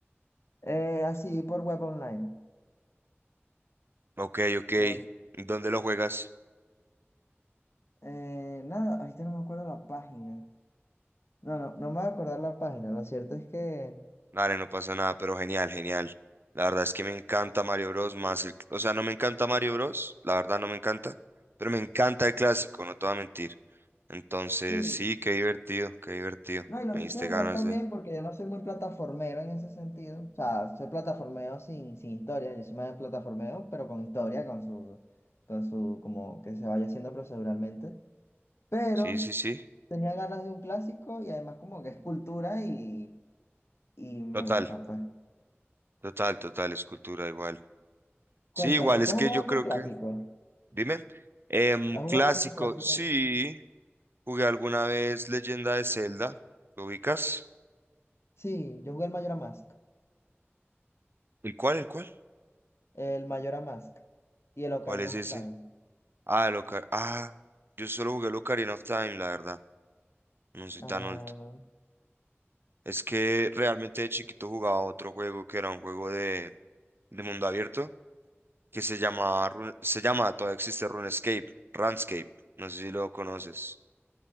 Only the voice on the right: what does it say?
Ok, ok.
¿Dónde lo juegas?
Dale, no pasa nada, pero genial, genial. La verdad es que me encanta Mario Bros. más el... O sea, no me encanta Mario Bros. La verdad no me encanta, pero me encanta el clásico, no te voy a mentir. Entonces,
sí, qué divertido, qué divertido.
Me
diste
ganas
de...
Sí, sí, sí.
Total,
total, total, escultura igual. Sí,
igual,
es
que
yo
creo
que... Dime. Em,
clásico,
sí.
Jugué alguna vez Leyenda de Zelda. ¿Lo ubicas?
¿El cuál, el cuál?
¿Cuál es
ese?
Ah, el Ocar- Ah, yo solo jugué el Ocarina of Time, la verdad. No soy
tan alto. Es que realmente de chiquito jugaba otro juego que era un juego de, de mundo abierto. que se llama, Rune- se llama, todavía existe RuneScape, RuneScape, no sé si lo conoces.